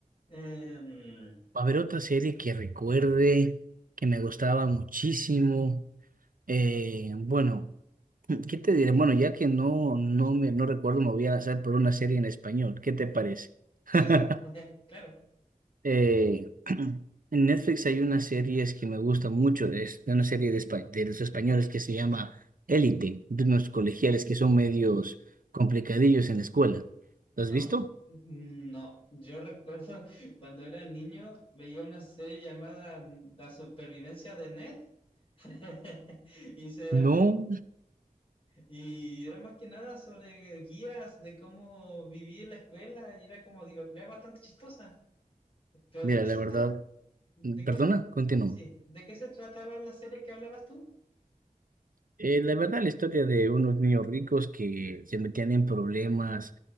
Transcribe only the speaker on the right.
A ver, otra serie que recuerde, que me gustaba muchísimo. eh, bueno, <laughs> ¿qué te diré? Bueno, ya que no, no me, no recuerdo, me voy a lanzar por una serie en español. ¿Qué te parece? <laughs>
Eh, <clears throat> en Netflix hay unas series que me gustan mucho, es de una serie de, espa- de los españoles que se llama Élite, de unos colegiales que son medios complicadillos en la escuela. ¿Lo has
visto?
No,
mira,
la
verdad,
perdona,
continúa.
Eh, la verdad, la historia de unos niños ricos que se metían en problemas